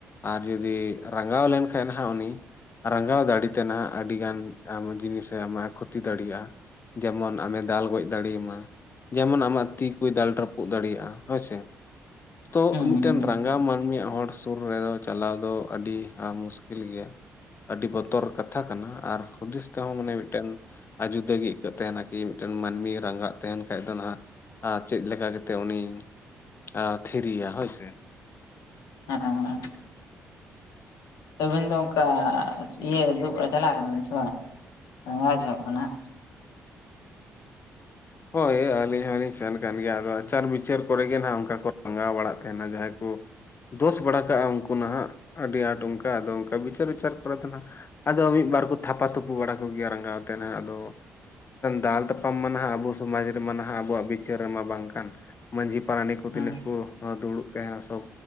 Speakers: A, on the left; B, on the left.
A: ᱟᱨ ᱡᱩᱫᱤ ᱨᱟᱸᱜᱟᱣ ᱞᱮᱱᱠᱷᱟᱱ ᱦᱟᱜ ᱩᱱᱤ ᱨᱟᱸᱜᱟᱣ ᱫᱟᱲᱮᱛᱮ ᱱᱟᱦᱟᱜ ᱟᱹᱰᱤ ᱜᱟᱱ ᱟᱢ ᱡᱤᱱᱤᱥᱮ ᱟᱢᱟᱜ ᱠᱷᱚᱛᱤ ᱫᱟᱲᱮᱭᱟᱜᱼᱟ, ᱡᱮᱢᱚᱱ ᱟᱢᱮ ᱫᱟᱞ ᱜᱚᱡ ᱫᱟᱲᱮᱭᱟᱢᱟ ᱡᱮᱢᱚᱱ ᱟᱢᱟᱜ ᱛᱤ ᱠᱚᱭ ᱫᱟᱞ ᱨᱟᱹᱯᱩᱫ ᱫᱟᱲᱮᱭᱟᱜᱼᱟ ᱦᱳᱭ ᱥᱮ, ᱛᱚ
B: ᱦᱩᱸ
A: ᱢᱤᱫᱴᱮᱱ
B: ᱦᱩᱸ
A: ᱨᱟᱸᱜᱟᱣ ᱢᱟᱹᱱᱢᱤᱭᱟᱜ ᱦᱚᱲ ᱥᱩᱨ ᱨᱮᱫᱚ ᱪᱟᱞᱟᱣ ᱫᱚ ᱟᱹᱰᱤ ᱢᱩᱥᱠᱤᱞ ᱜᱮᱭᱟ ᱟᱹᱰᱤ ᱵᱚᱛᱚᱨ ᱠᱟᱛᱷᱟ ᱠᱟᱱᱟ ᱟᱨ ᱦᱩᱫᱤᱥ ᱛᱮᱦᱚᱸ ᱢᱟᱱᱮ ᱢᱤᱫᱴᱮᱱ ᱟᱨ ᱡᱩᱫᱟᱹ ᱜᱮ ᱟᱹᱭᱠᱟᱹᱜ ᱛᱟᱦᱮᱱᱟ ᱟᱨᱠᱤ ᱢᱤᱫᱴᱟᱝ ᱢᱟᱹᱱᱢᱤ ᱟᱜ ᱨᱟᱸᱜᱟᱜ ᱛᱟᱦᱮᱱ ᱠᱷᱟᱡ ᱫᱚ ᱱᱟᱦᱟᱜ ᱪᱮᱫ ᱞᱮᱠᱟ ᱠᱟᱛᱮᱜ ᱩᱱᱤ ᱟ ᱛᱷᱮᱨᱤᱭᱟ ᱦᱳᱭ ᱥᱮ
B: ᱦᱮ ᱟᱹᱵᱤᱱ ᱫᱚ ᱚᱱᱠᱟ ᱤᱭᱟᱹ ᱫᱩᱲᱩᱵ ᱵᱟᱲᱟ ᱪᱟᱞᱟᱣ ᱟᱠᱟᱱᱟᱵᱤᱱ ᱥᱮ ᱵᱟᱝ ᱞᱟᱜᱟᱣ ᱡᱚᱦᱚᱜ ᱠᱟᱱᱟᱜ
A: ᱦᱳᱭ ᱟᱹᱞᱤᱧ ᱦᱚᱞᱤᱧ ᱥᱮᱱ ᱟᱠᱟᱱ ᱜᱮᱭᱟ ᱟᱫᱚ ᱟᱪᱟᱨ ᱵᱤᱪᱟᱹᱨ ᱠᱚᱨᱮ ᱜᱮ ᱱᱟᱸᱜ ᱚᱱᱠᱟ ᱠᱚ ᱨᱟᱸᱜᱟᱣ ᱵᱟᱲᱟᱜ ᱛᱟᱦᱮᱱᱟ ᱡᱟᱦᱟᱸᱭ ᱠᱚ ᱫᱳᱥ ᱵᱟᱲᱟ ᱠᱟᱜᱼᱟ ᱩᱱᱠᱩ ᱱᱟᱦᱟᱜ ᱟᱹᱰᱤ ᱟᱸᱴ ᱚᱱᱠᱟ ᱟᱫᱚ ᱚᱱᱠᱟ ᱵᱤᱪᱟᱹᱨᱼᱟᱪᱟᱨ ᱠᱚᱨᱮᱛᱮ ᱱᱟᱜ ᱟᱫᱚ ᱢᱤᱫ ᱵᱟᱨ ᱠᱚ ᱛᱷᱟᱯᱟ ᱛᱷᱩᱯᱩ ᱵᱟᱲᱟ ᱠᱚᱜᱮᱭᱟ ᱨᱟᱸᱜᱟᱣ ᱛᱮ ᱦᱟᱜ ᱟᱫᱚ, ᱫᱟᱞ ᱛᱟᱯᱟᱢ ᱢᱟ ᱱᱟᱦᱟᱜ ᱟᱵᱩ ᱥᱚᱢᱟᱡᱽ ᱨᱮᱢᱟ ᱱᱟᱦᱟᱜ ᱟᱵᱚᱣᱟᱜ ᱵᱤᱪᱟᱹᱨ ᱨᱮᱢᱟ ᱵᱟᱝᱠᱟᱱ ᱢᱟᱺᱡᱷᱤ ᱯᱟᱨᱟᱱᱤᱠ ᱠᱚ
B: ᱦᱟᱸᱜ
A: ᱛᱤᱱᱟᱹᱜ ᱠᱚ, ᱫᱩᱲᱩᱵ ᱛᱟᱦᱮᱱᱟ ᱥᱚᱵ